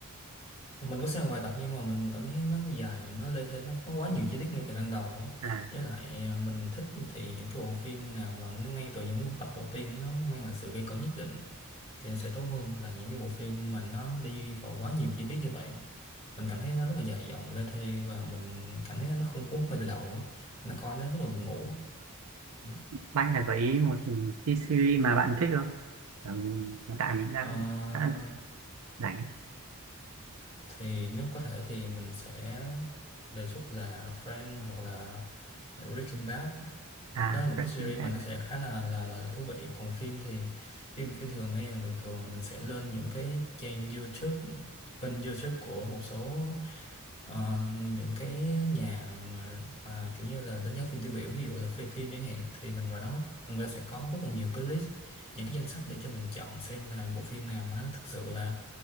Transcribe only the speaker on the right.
à
bạn là gợi ý một cái series mà bạn thích không Ừ, hiện tại mình đang
khá rảnh
à
Breaking
Bad